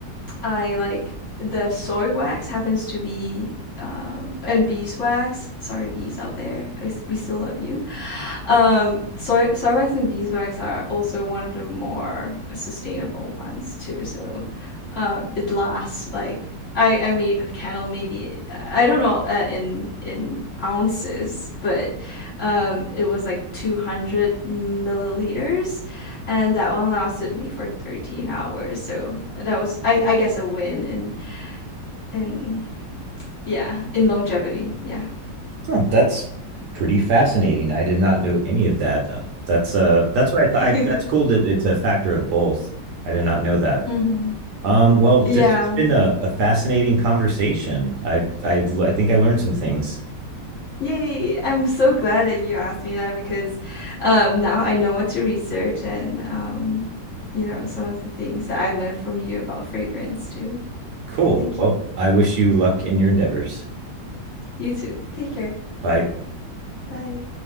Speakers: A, on the left (about 45°); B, on the right (about 70°).
A: I like the soy wax happens to be um, and beeswax. Sorry, bees out there. I, s- we still love you. Um, soy, soy wax and beeswax are also one of the more sustainable ones too. So um, it lasts like I, I made a candle maybe I don't know uh, in in ounces, but um, it was like 200 milliliters, and that one lasted me for 13 hours. So that was I, I guess a win in in yeah in longevity. Yeah.
B: Oh, that's pretty fascinating. I did not know any of that. Uh, that's uh that's what I thought.
A: <laughs>
B: I, that's cool that it's a factor of both. I did not know that.
A: mm-hmm.
B: Um, well, this
A: Yeah,
B: has been a, a fascinating conversation. I, I I think I learned some things.
A: Yay! I'm so glad that you asked me that because um, now I know what to research and um, you know some of the things that I learned from you about fragrance too.
B: Cool.
A: Thank
B: Well,
A: you.
B: I wish you luck in your endeavors.
A: You too. Take care.
B: Bye.
A: Bye.